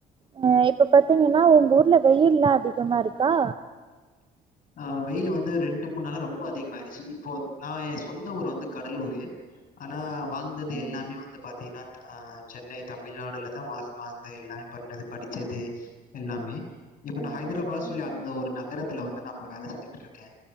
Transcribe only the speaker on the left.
அ வெயிலு வந்து ரெண்டு மூணு நாள ரொம்ப அதிகமாயிட்ச்சு இப்போ நா சொந்த ஊர் வந்து கடலூரு ஆனா வாழ்ந்தது
எல்லாமே வந்து பாத்தீங்கன்னா அ சென்னை தமிழ்நாடுலதா வாழ்ந்த எல்லாமே பண்ணது படிச்சது எல்லாமே இப்ப நா
ஹைதராபாத்
சொல்லி
அந்த
ஒரு நகரத்துல வந்து நா இப்ப வேல செஞ்சுட்டு இருக்கே